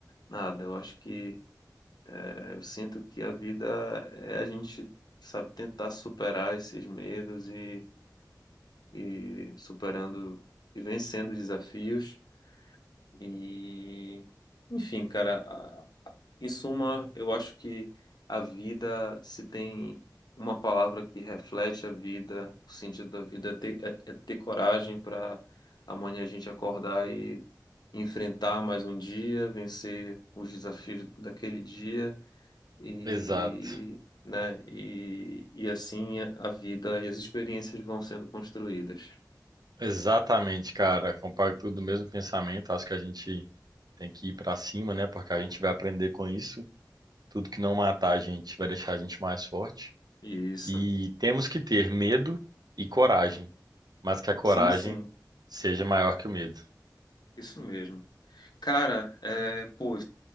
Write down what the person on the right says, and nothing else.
Exato.
Exatamente, cara. Compacto tudo no mesmo pensamento. Acho que a gente tem que ir pra cima, né, porque a gente vai aprender com isso. Tudo que não matar a gente vai deixar a gente mais forte.
E temos que ter medo e coragem, mas que a coragem
seja maior que o medo.